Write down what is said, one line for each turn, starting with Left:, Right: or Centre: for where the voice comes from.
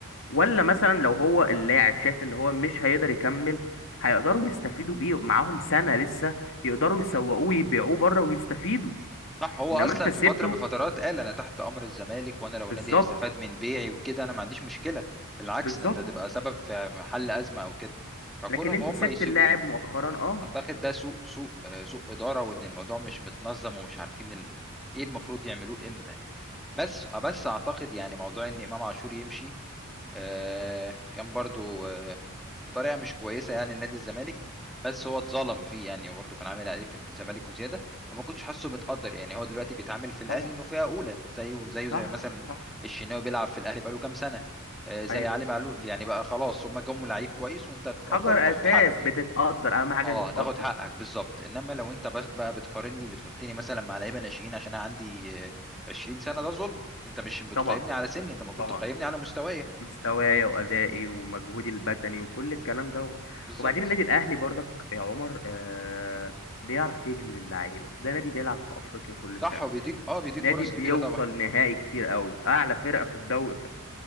Left: ولا مثلا لو هو اللاعب شايف ان هو مش هيقدر يكمل هيقدروا يستفيدوا بيه معاهم سنه لسه يقدروا يسوقوه ويبيعوه بره ويستفيدوا
Centre: صح هو
Left: انما
Centre: اصلا
Left: انت سيبته
Centre: في فتره من الفترات قال انا تحت امر الزمالك وانا لو النادي
Left: بالظبط
Centre: هيستفاد من بيعي وكده انا ما عنديش مشكله بالعكس
Left: بالظبط
Centre: ده انت هتبقى سبب في حل ازمه او كده فكونهم
Left: لكن انت
Centre: هم
Left: سبت
Centre: يسيبوه
Left: اللاعب مؤخرا اه
Centre: اعتقد ده سوء سوء آه، سوء اداره وان الموضوع مش متنظم ومش عارفين ال... ايه المفروض يعملوه امتى يعني بس بس اعتقد يعني موضوع ان امام عاشور يمشي آه، كان برضو آه، بطريقه مش كويسه يعني لنادي الزمالك بس هو اتظلم فيه يعني وبرضه كان عامل عليه في الزمالك وزياده فما كنتش حاسه متقدر يعني هو دلوقتي بيتعامل في الاهلي
Left: طبعا
Centre: انه فئه اولى زيه زيه زي
Left: صح
Centre: مثلا
Left: صح
Centre: الشناوي بيلعب في الاهلي بقاله كام سنه آه، زي
Left: ايوه
Centre: علي معلول يعني بقى خلاص هما جم لعيب كويس وانت تقدر
Left: حجر
Centre: وتاخد
Left: اساس
Centre: حقك
Left: بتتقدر اهم حاجه
Centre: اه
Left: تتقدر
Centre: هتاخد حقك بالظبط انما لو انت بس- بقى بتقارني بتحطني مثلا مع لعيبه ناشئين عشان انا عندي آه، 20 سنه ده ظلم انت مش بتقيمني
Left: طبعا
Centre: على سني انت المفروض
Left: طبعا
Centre: تقيمني على مستواي
Left: مستوايا وادائي ومجهودي البدني وكل الكلام دوت
Centre: بالظبط
Left: وبعدين النادي الاهلي برضك يا عمر آه بيعرف يجذب اللعيبه ده نادي بيلعب في افريقيا كل
Centre: صح
Left: سنه
Centre: وبيديك اه بيديك
Left: نادي
Centre: فرص
Left: بيوصل
Centre: كبيرة طبعا
Left: نهائي كتير قوي اعلى فرقه في الدوري